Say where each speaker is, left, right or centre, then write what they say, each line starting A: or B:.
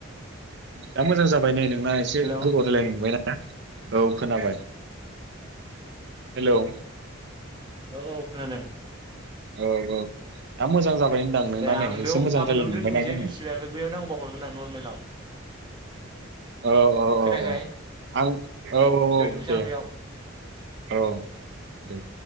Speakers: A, on the right; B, on the right.
A: दा मोजां जाबाय नै नोंना एसे
B: हेल' औ
A: गोबाव रायलायनो मोबायना। औ खोनाबाय हेलौ
B: औ औ खोनादों।
A: औ औ दा मोजां जाब बाय होनदां नोंनानै
B: दे आं बेयाव
A: एसे मोजां
B: आं
A: रायलायनो
B: बेयाव दोनथ'सै
A: मोनबायना जोङो
B: मिथिबाय ओमफ्राय बैयाव नांगौबा हरगोन आं नर्मेलाव
A: औ औ औ
B: खोनायाखै
A: औ आं औ औ औ
B: दोनथ'सै
A: दे
B: आं बेयाव
A: औ दे